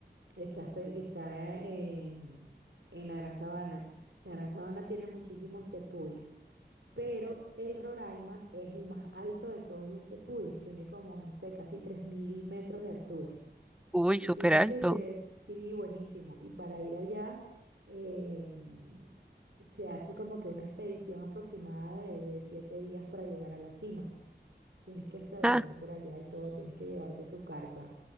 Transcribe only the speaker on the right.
Está, espe- está en, en la Gran Sabana. La Gran Sabana tiene muchísimos tepuis, pero el Roraima es el más alto de todos los tepuis. Tiene como, no sé, casi 3.000 metros de altura.
Y
fíjate
que sí, buenísimo. Y para ir allá, em, se hace como que una expedición aproximada de, de siete días para llegar a la cima. Tienes que hasta dormir
por allá y todo. Tienes que llevarte tu carpa.